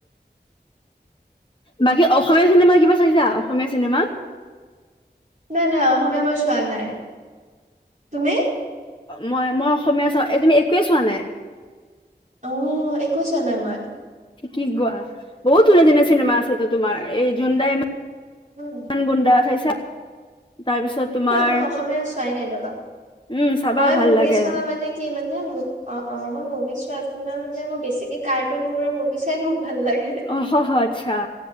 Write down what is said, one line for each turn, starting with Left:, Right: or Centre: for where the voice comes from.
Left: বাকী অসমীয়া চিনেমা কিবা চাইছা? অসমীয়া চিনেমা?
Right: নাই, নাই অসমীয়া মই চোৱা নাই। তুমি?
Left: মই, মই অসমীয়া চাওঁ, এই তুমি একোৱে চোৱা নাই?
Right: অ', একো চোৱা নাই মই।
Left: কি কোৱা? বহুত ধুনীয়া, ধুনীয়া চিনেমা আছেতো তোমাৰ এই জোনদা‌ ইমা
Right: উম
Left: মান গুডা চাইছা? তাৰপিছত তোমাৰ
Right: মই অসমীয়া চোৱাই নাই ৰ'বা,
Left: উম চাবা
Right: মই
Left: ভাল
Right: মুভি
Left: লাগে
Right: চোৱা মানে কি মানে মু-অ', অ', মই মুভি চোৱা তোমাৰ মানে মই বেছিকে কাৰ্টুনবোৰৰ মুভি চাই ভাল লাগে
Left: অ', আতচ্ছা